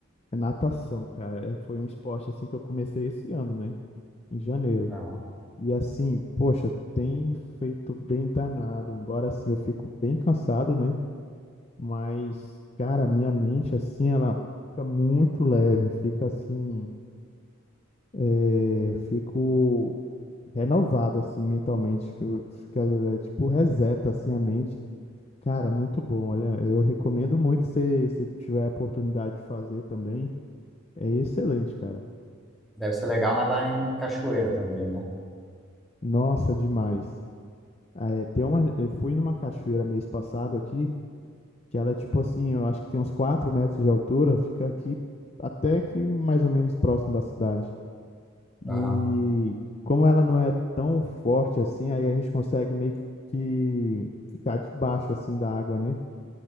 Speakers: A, on the left (about 30°); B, in the centre.
A: É natação, cara. É, foi um esporte assim que eu comecei esse ano, né? Em janeiro.
B: Aham.
A: E assim, poxa, tem me feito bem danado. Embora assim eu fico bem cansado, né? Mas, cara, a minha mente, assim, ela fica muito leve, fica assim, é, fico renovado, assim, mentalmente, fico- fica, é, tipo, reseta, assim, a mente. Cara, é muito bom, olha, eu recomendo muito se, se tiver a oportunidade de fazer também, é excelente, cara.
B: Deve ser legal nadar em cachoeira também, né?
A: Nossa, demais. Ah, É, tem uma, eu fui numa cachoeira mês passado aqui, que ela é tipo assim, eu acho que tem uns 4 metros de altura, fica aqui até que mais ou menos próximo da cidade.
B: Aham,
A: E como ela não é tão forte assim, aí a gente consegue meio que ficar debaixo assim da água, né?